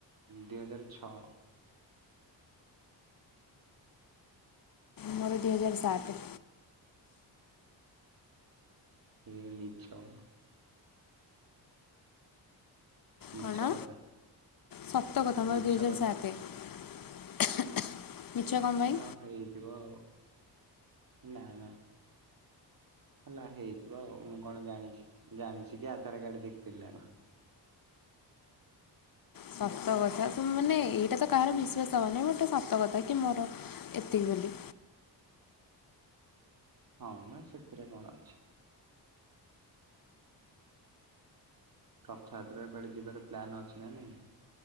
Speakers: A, on the right; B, on the left.
A: ଦୁଇ ହଜାର ଛଅ।
B: ମୋର ଦୁଇ ହଜାର ସାତ।
A: ଏ ମିଛ। ମିଛ
B: କଣ
A: କଥା
B: ସତ କଥା ବା
A: ମିଛ
B: ଦୁଇ ହଜାର
A: କଥା
B: ସାତ। ମିଛ କ'ଣ ପାଇଁ
A: ହଁ ହେଇଥିବ ଆଉ ନା-ନା। ହେଲା ହେଇଥିବ ଆଉ ମୁଁ କଣ ଜାଣିଛି ଜାଣିଛି କି ଆଧାର କାର୍ଡ ଦେଖିଥିଲି ନା କଣ।
B: ସତ କଥା ମାନେ ଏଇଟା ତ କାହାର ବିଶ୍ଵାସ ହବନି ଗୋଟେ ସତ କଥା କି ମୋର ଏତିକି ବୋଲି।
A: ହଁ ମା ସେଥିରେ କଣ ଅଛି। ରଥଯାତ୍ରା ରେ କୁଆଡେ ଯିବାର ପ୍ଲାନ୍ ଅଛି ନା ନାଇଁ?